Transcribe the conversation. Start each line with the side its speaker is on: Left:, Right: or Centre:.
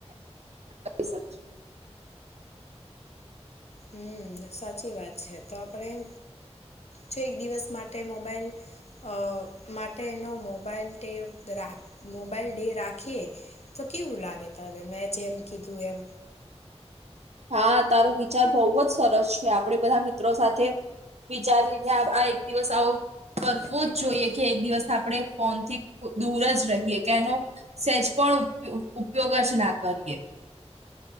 Right: <unintelligible> <inaudible>
Left: હમ્મ સાચી વાત છે, તો આપણેે જો એક દિવસ માટે મોબાઈલ અ માટે એનો મોબાઈલ ડે રા મોબાઈલ ડે રાખીએ. તો કેવું લાગે તને મેં જે એમ કીધું એમ.
Right: હા તારો વિચાર બહુ જ સરસ છે, આપડે બધા મિત્રો સાથે વિચારીને આ એક દિવસ આવો કરવો જ જોઈએ કે એક દિવસ આપણે ફોનથી દૂર જ રહીએ કે એનો સેજ પણ ઉપ-ઉપયોગ જ ના કરીએ.